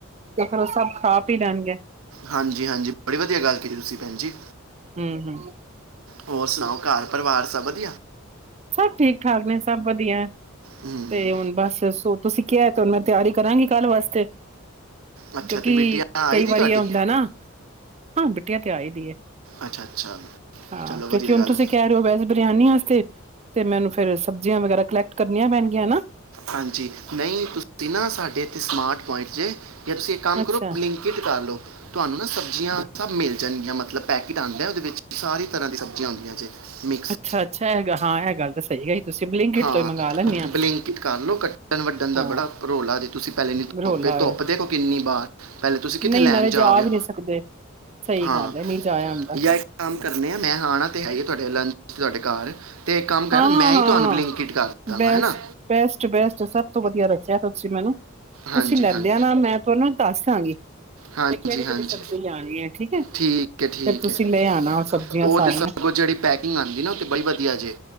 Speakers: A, on the right; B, on the right.
A: ਤੇ ਫਰ ਉਹ ਸਭ ਖਾ ਪੀ ਲੈਣਗੇ
B: ਹਾਂਜੀ ਹਾਂਜੀ ਬੜੀ ਵਧੀਆ ਗੱਲ ਕਿਤੀ ਤੁਸੀਂ ਭੈਣ ਜੀ
A: ਹਮ ਹਮ
B: ਹੋਰ ਸੁਣਾਓ ਘਰ ਪਰਿਵਾਰ ਸਭ ਵਧੀਆ
A: ਸਭ ਠੀਕ ਠਾਕ ਨੇ ਸਭ ਵਧੀਆ
B: ਹਮ
A: ਤੇ ਹੁਣ ਬਸ ਸੋ ਤੁਸੀਂ ਕਿਹਾ ਤੁਹਾਨੂੰ ਮੈਂ ਤਿਆਰੀ ਕਰਾਂਗੀ ਕੱਲ੍ਹ ਵਾਸਤੇ
B: ਅੱਛਾ
A: ਕਿਉਂਕਿ
B: ਤੇ ਬਿਟੀਆ ਆਈ
A: ਕਈ
B: ਦੀ
A: ਵਾਰੀ
B: ਤੁਹਾਡੀ
A: ਇਹ ਹੁੰਦਾ ਨਾ ਹਾਂ ਬਿੱਟੀਆ ਆਈ ਦੀ ਹੈ
B: ਅੱਛਾ ਅੱਛਾ
A: ਹਾਂ
B: ਚਲੋ ਵਧੀਆ
A: ਕਿਉਂਕਿ ਹੁਣ
B: ਗੱਲ
A: ਤੁਸੀਂ ਕਹਿ ਰਹੇ ਹੋ ਵੇਜ ਬਰਿਆਨੀ ਵਾਸਤੇ ਮੈਨੂੰ ਫੇਿਰ ਸਬਜ਼ੀਆਂ ਵਗੈਰਾ ਕਲੈਕਟ ਕਰ ਣੀਆਂ ਪੈਣਗੀਆਂ ਹਨਾ
B: ਹਾਂਜੀ ਨਹੀਂ ਤੁਸੀਂ ਨਾ ਸਾਡੇ ਇੱਥੇ ਸਮਾਰਟ ਪੁੰਟ ਜ ਜਾਂ ਤੁਸੀਂ ਇੱਕ ਕੰਮ
A: ਅੱਛਾ
B: ਕਰੋ ਬਲਿੰਕ ਕਿਟ ਕਰ ਲੋ ਤੁਹਾਨੂੰ ਨਾ ਸਬਜ਼ੀਆਂ
A: ਹਾਂ
B: ਸਭ ਮਿਲ ਜੰ ਜਾਂੀਆਂ ਮਤਲਬ ਪੈਕਟ ਆਉਂਦਾ ਹੈ ਉਹਦੇ ਵਿੱਚ ਸਾਰੀ ਤਰ੍ਹਾਂ ਦੀ ਸਬਜੀ ਹੁੰਦੀਆ ਜੇ ਮਿਕਸ
A: ਅੱਛਾ ਅੱਛਾ ਇਹ ਹਾਂ ਇਹ ਗੱਲ ਤਾਂ ਸਹੀ ਹੈ ਤੁਸੀਂ ਬਲਿੰਕਟ
B: ਹਾਂ
A: ਤੋਂ ਹੀ ਮੰਗਵਾ ਲੈਂਦੇ ਆ
B: ਲਿਆ। ਬਲਿੰਕਿਟ ਕਰ ਲਓ ਕੱਟਣ ਵੱਢਣ ਦਾ
A: ਹਾਂ
B: ਬੜਾ ਰੋਲਾ ਜ ਤੁਸੀਂ ਪਹਿਲੇ ਨ ਧ
A: ਰੋਲਾ
B: ਧੁੱਪ ਦੇਖੋ ਕਿੰਨੀ ਬਾਰ ਪਹਿਲੇ ਤੁਸੀਂ ਕਿੱਥੇ
A: ਨਹੀਂ
B: ਲੈਣ
A: ਨਾਲੇ ਜਾ
B: ਜਾਓਗੇ
A: ਵੀ ਨਹੀਂ ਸਕਦੇ ਸਹੀ
B: ਹਾਂ
A: ਗੱਲ ਹੈ ਨਹੀਂ ਜਾਇਆ ਹੁੰਦਾ
B: ਜਾਂ ਇੱਕ ਕੰਮ ਕਰਨੇ ਆ ਮੈਂ ਆਣਾ ਤੇ ਹੈ ਹੀ ਤੁਹਾਡੇ ਵਾਲ ਨੂੰ ਤੁਹਾਡੇ ਘਰ ਅਤੇ ਇੱਕ ਕੰਮ ਕਰ
A: ਹਾਂ
B: ਨਾ ਮੈਂ
A: ਹਾਂ
B: ਹੀ ਤੁਹਾਨੂੰ ਬਲਿੰਕਟ ਕਰ ਦਾਂਗਾ
A: ਬੈਸਟ
B: ਹੈ ਨਾ
A: ਬੈਸਟ ਬੈਸਟ ਸਭ ਤੋਂ ਵਧੀਆ ਰਚਿਆ ਤੁਸੀਂ ਮੈਨੂੰ, ਤੁਸੀਂ
B: ਹਾਂਜੀ
A: ਲੈਂਦੇ
B: ਹਾਂਜੀ
A: ਨਾ ਮੈਂ ਤੁਹਾਨੂੰ ਦੱਸ ਦਾਂਗੀ
B: ਹਾਂਜੀ
A: ਕਿਹੜੀ ਕਿਹੜੀ
B: ਹਾਂਜੀ
A: ਸਬਜ਼ੀ ਲਿਆਣੀ ਆ, ਠੀਕ ਹੈ ਫਰ
B: ਠੀਕ ਹੈ ਠੀਕ
A: ਤੁਸੀਂ
B: ਹੈ
A: ਲੈ ਆਣਾ ਸਬਜ਼ੀਆਂ
B: ਉਹ
A: ਸਾਰੀਆਂ
B: ਤੇ ਸਗੋਂ ਜਿਹੜੀ ਪੈਕਿੰਗ ਆਂਦੀ ਨਾ ਉਹ ਤੇ ਬੜੀ ਵਧੀਆ ਜੇ